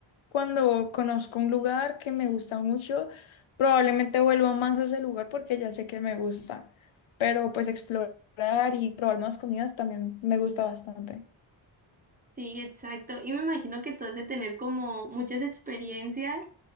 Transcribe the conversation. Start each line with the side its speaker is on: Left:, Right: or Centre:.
Left: cuando conozco un lugar que me gusta mucho, probablemente vuelvo más a ese lugar porque ya sé que me gusta. Pero pues explorar y probar nuevas comidas también me gusta bastante.
Right: Sí, exacto. Y me imagino que tú has de tener como muchas experiencias